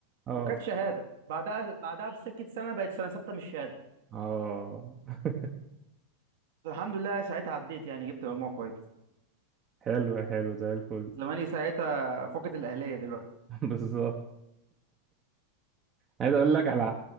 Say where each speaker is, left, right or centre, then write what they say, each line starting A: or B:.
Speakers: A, on the right; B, on the right.
A: اه
B: وكانت شهاده بعدها بعدها بسكه سنه بقت سنه سته مش شهاده
A: اه <laughs>
B: الحمد لله ساعتها عديت يعني جبت مجموع كويس
A: حلو حلو زي الفل
B: زماني ساعتها فقد الاهليه دلوقتي
A: <laughs> بالظبط عايز اقول لك على